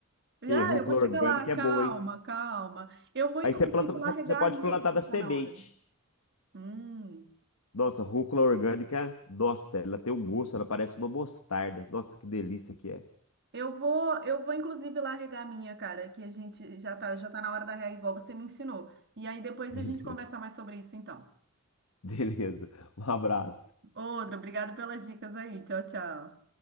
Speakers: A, on the right; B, on the left.
A: Ah,
B: E rúcula
A: eu vou chegar
B: orgânica
A: lá, calma,
B: é boa, hein?
A: calma. Eu vou inclusive
B: Aí você planta, você
A: lá regar
B: você pode
A: a minha
B: plantar
A: que
B: da
A: já
B: semente.
A: tá na hora. Hum.
B: Nossa, rúcula orgânica, nossa, ela tem um gosto, ela parece uma mostarda. Nossa, que delícia que é.
A: Eu vou, eu vou inclusive lá regar a minha, cara, que a gente já tá, já tá na hora da rega igual você me ensinou. E aí depois
B: Beleza,
A: a gente conversa mais sobre isso então.
B: <laughs> beleza. Um abraço.
A: Outra, obrigado pelas dicas aí. Tchau, tchau.